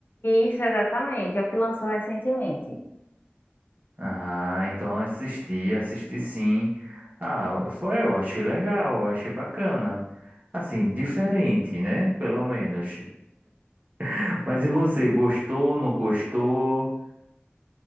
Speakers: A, on the left; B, on the right.
A: Isso, exatamente, é o que lançou recentemente.
B: Ah, então assisti, assisti sim. Ah, foi, eu achei legal, eu achei bacana. Assim, diferente, né? Pelo menos. <laughs> Mas e você, gostou, não gostou?